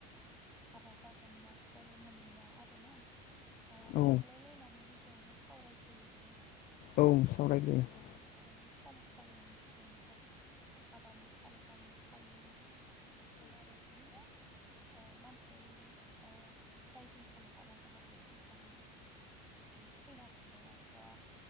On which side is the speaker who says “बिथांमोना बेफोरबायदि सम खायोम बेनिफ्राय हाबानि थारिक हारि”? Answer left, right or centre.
Centre